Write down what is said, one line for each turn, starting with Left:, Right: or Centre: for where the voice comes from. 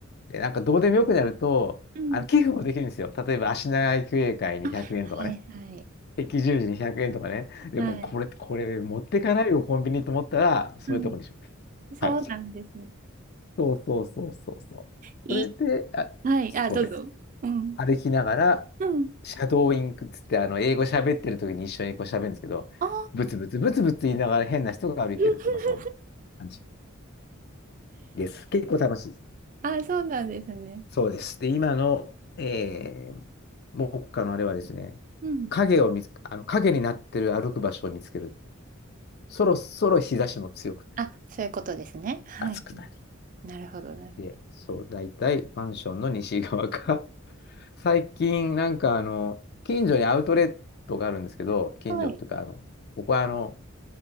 Left: で、なんかどうでもよくなると、
Right: うん
Left: あの寄付もできるんですよ。例えば、足長育英会に100円とかね。
Right: あはいはい
Left: 赤十字に100円とかね。でも、
Right: はい。
Left: これ、これ持ってかないよ、コンビニと思ったら、そういうとこにします。
Right: うん。そうなんです。
Left: はい。そうそうそうそうそう。
Right: いい。
Left: それで、あ、
Right: はい。
Left: そうです。
Right: あ、どうぞ。うん。
Left: 歩きながら、
Right: うん。
Left: シャドーインクっつって、あの、英語喋ってる時に一緒にこう喋るんですけど、
Right: ああ。
Left: ブツブツブツブツ言いながら変な人が歩いてるって、
Right: <laughs>
Left: まあ、そんな感じです。結構楽しい。
Right: あ、そうなんですね。
Left: そうです。で、今の、えー、目下のあれはですね、
Right: うん。
Left: 影を見つ、あの影になってる歩く場所を見つける。そろそろ日差しも強くなり、
Right: あ、そういうことですね。はい。
Left: 暑くなり。
Right: はいなるほど、なる
Left: で、そう、大体マンションの西側か。<laughs> 最近、なんかあの、近所にアウトレットがあるんですけど、近所っていうか、
Right: ほど。はい。
Left: あの、ここはあの、